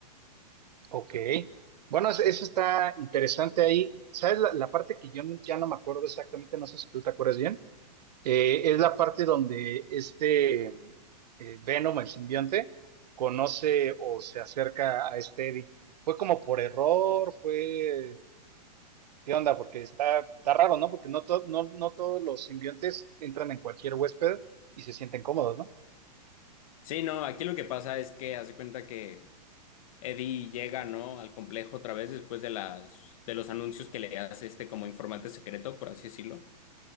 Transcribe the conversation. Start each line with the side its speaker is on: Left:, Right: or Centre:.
Right: Ok. Bueno, es- eso está interesante ahí. ¿Sabes la, la parte que yo no- ya no me acuerdo exactamente? No sé si tú te acuerdas bien. Eh, es la parte donde este eh, Venom, el simbionte, conoce o se acerca a este Eddie. ¿Fue como por error? ¿Fue... ¿Qué onda? Porque está, está raro, ¿no? Porque no, to- no, no todos los simbiontes entran en cualquier huésped y se sienten cómodos, ¿no?
Left: Sí, no, aquí lo que pasa es que haz de cuenta que Eddie llega, ¿no? Al complejo otra vez después de las, de los anuncios que le hace este como informante secreto, por así decirlo.